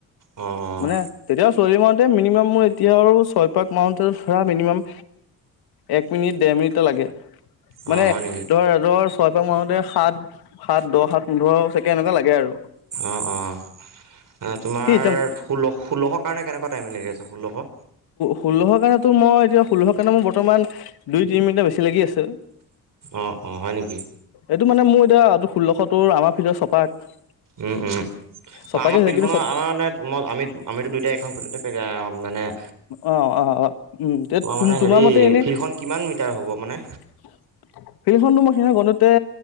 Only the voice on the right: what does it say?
অঁ অঁ
অঁ
হয় নেকি
অহ' অ'। তোমাৰ
ষোল্ল ষোল্লশৰ কাৰণে কেনেকুৱা টাইমিং লাগি আছে ষোল্লশ?
অ'অ' হয় নেকি?
উম, উম,
বা আমাৰ
ফিল্ড
খনৰ
আমাৰ মানে আমি আমিতো টু <unintelligible>
মানে
হেৰি
ফিল্ডখন কিমান মিটাৰ হ'ব মানে